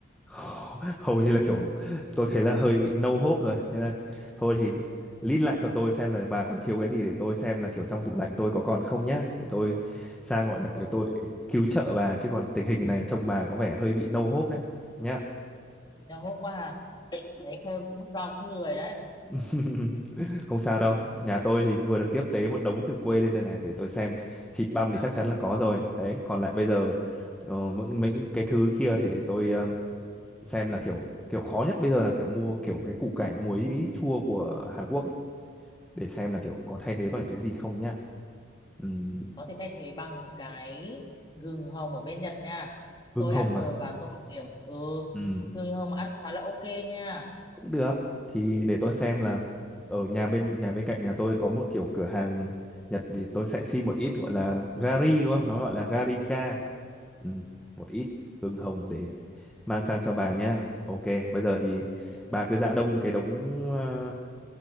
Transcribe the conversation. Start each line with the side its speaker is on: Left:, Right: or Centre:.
Centre: <laughs> hầu như là kiểu tôi thấy là hơi bị no hope rồi thế là thôi thì list lại cho tôi xem là bà còn thiếu cái gì để tôi xem là kiểu trong tủ lạnh tôi có còn không nhá để tôi sang gọi là
Left: Ồ,
Centre: kiểu tôi cứu trợ bà chứ còn tình hình này trông bà có vẻ hơi bị no hope đấy nhá
Left: nó hốt quá à. Đấy thôi, cũng do cũng lười đấy.
Centre: <laughs> không sao
Left: Trông
Centre: đâu
Left: mà cũng lười.
Centre: nhà tôi thì vừa
Left: Ừ,
Centre: được tiếp tế một đống từ quê lên đây này để tôi xem thịt băm
Left: Thế
Centre: thì
Left: à.
Centre: chắc chắn là có rồi đấy còn lại bây giờ ờ, những những cái thứ kia thì để tôi xem là kiểu kiểu khó nhất bây giờ là kiểu mua kiểu cái củ cải muối chua của Hàn Quốc ấy để xem là kiểu có thay thế bằng cái gì không nhá Ừm,
Left: Có thể thay thế bằng cái gừng hồng ở bên Nhật nha.
Centre: hương
Left: Tôi
Centre: hồng
Left: ăn rồi
Centre: à
Left: và tôi kiểu, ừ,
Centre: Ừm,
Left: gừng hồng ăn khá là ok nha.
Centre: cũng được thì để tôi xem là ở nhà bên nhà bên cạnh nhà tôi có một kiểu cửa hàng Nhật thì tôi sẽ xin một ít gọi là gari đúng không nó gọi là garika
Left: Ừ,
Centre: Ừm, một ít hương
Left: ừ,
Centre: hồng để mang sang cho bà nha ok bây giờ thì
Left: ok.
Centre: bà cứ dạ đông cái đống ờ,